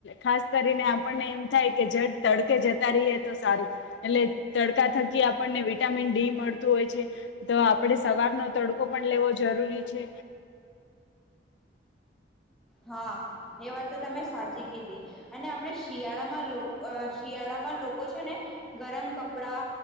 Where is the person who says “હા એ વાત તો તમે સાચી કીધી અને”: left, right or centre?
Centre